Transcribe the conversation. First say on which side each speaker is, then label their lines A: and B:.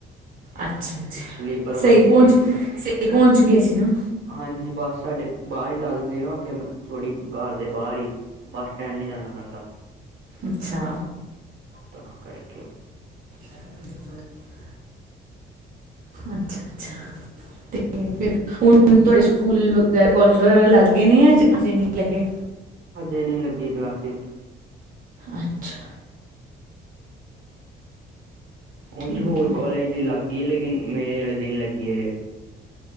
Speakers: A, on the right; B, on the right.
A: ਅੱਛਾ ਅੱਛਾ
B: ਸਲੀਪਰ
A: ਸਹੀ
B: ਬੱਸ
A: ਪਹੁੰਚ
B: 'ਚ ਗਏ ਸੀ ਨਾ
A: ਸਹੀ ਪਹੁੰਚ ਗਏ ਸੀ ਨਾ
B: ਹਾਂਜੀ ਬਸ ਸਾਡੇ ਬਾਹਰ ਹੀ ਲਾ ਦਿੰਦੇ ਨਾ ਉੱਥੇ ਥੋੜੀ ਘਰ ਦੇ ਬਾਹਰ ਹੀ। ਬੱਸ ਸਟੈਂਡ ਨਹੀਂ ਜਾਣਾ ਪੈਂਦਾ।
A: ਅੱਛਾ।
B: ਤਾਂ ਕਰਕੇ
A: <inaudible> ਅੱਛਾ- ਅੱਛਾ। ਤੇ ਫਿਰ ਹੁਣ ਤੁਹਾਡੇ ਸਕੂਲ ਵਗੈਰਾ ਕੋਲਜ ਵਗੈਰਾ ਲੱਗ ਗਏ ਨੇ ਹਜੇ ਨਹੀਂ ਲੱਗੇ।
B: ਹਜੇ ਨਹੀਂ ਲੱਗੀ ਕਲਾਸਿਸ
A: ਅੱਛਾ। ਠੀਕ
B: ਉਂਝ ਹੋਰ
A: ਹੈ
B: ਕੋਲਜ ਕਿਹੜਾ ਦੀ ਲੱਗ ਗਈ ਲੇਕਿਨ ਮੇਰੇ ਆਲੇ ਦੀ ਨਹੀਂ ਲੱਗੀ ਅਜੇ